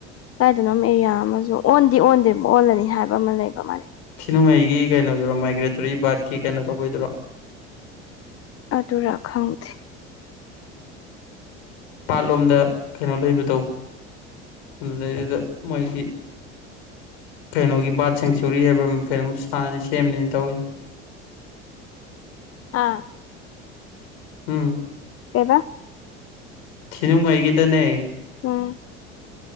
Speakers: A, on the left; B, on the left.
A: ꯀꯥꯏꯗꯅꯣ ꯑꯦꯔꯤꯌꯥ ꯑꯃꯁꯨ ꯑꯣꯟꯗꯤ ꯑꯣꯟꯗ꯭ꯔꯤ ꯑꯣꯜꯂꯅꯤ ꯍꯥꯏꯕ ꯑꯃ ꯂꯩꯕ ꯃꯥ
B: ꯁꯤꯅꯨꯡꯉꯩꯒꯤ ꯀꯩꯅꯣꯗꯨꯔꯣ ꯃꯥꯏꯒ꯭ꯔꯦꯇꯣꯔꯤ ꯕꯥꯔꯠꯀꯤ ꯀꯩꯅꯣ ꯇꯧꯕꯩꯗꯨꯔꯣ
A: ꯑꯗꯨ ꯔꯈꯁꯤꯤ
B: ꯄꯥꯠꯂꯣꯝꯗ ꯀꯩꯅꯣ ꯂꯩꯕꯗꯧ ꯑꯗꯨꯗꯩꯗꯨꯗ ꯃꯣꯏꯒꯤ ꯀꯩꯅꯣꯒꯤ ꯕꯥꯔꯠ ꯁꯦꯡꯆꯨꯔꯤ ꯍꯥꯏꯕ꯭ꯔ ꯀꯩꯅꯣꯝ ꯁꯥꯅꯤ ꯁꯦꯝꯅꯤꯅ ꯇꯧꯏ
A: ꯍꯥꯥ
B: ꯎꯝ
A: ꯀꯩꯕ
B: ꯊꯤꯅꯨꯡꯉꯩꯒꯤꯗꯅꯦ
A: ꯎꯝ